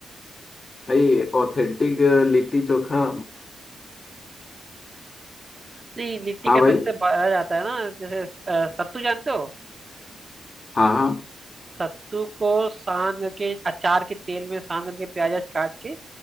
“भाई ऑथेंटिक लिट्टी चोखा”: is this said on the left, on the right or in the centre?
Left